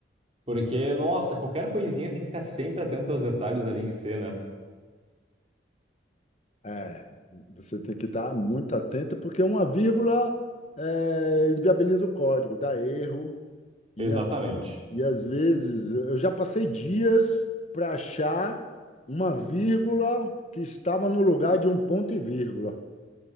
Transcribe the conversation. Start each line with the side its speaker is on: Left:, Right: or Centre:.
Right: Porque, nossa, qualquer coisinha tem que ficar sempre atento aos detalhes ali em C, né?
Left: É, você tem que estar muito atento, porque uma vírgula é, inviabiliza o código, dá erro, e
Right: Exatamente.
Left: E às vezes eu já passei dias para achar uma vírgula que estava no lugar de um ponto e vírgula.